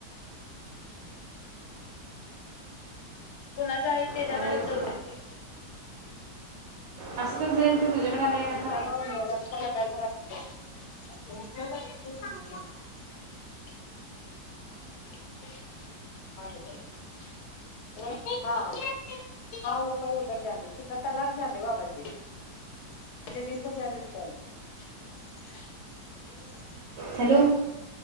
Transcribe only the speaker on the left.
कुणाच आहे त्याच्याकडेच
जाऊ दे
<unintelligible>
<unintelligible> <unintelligible>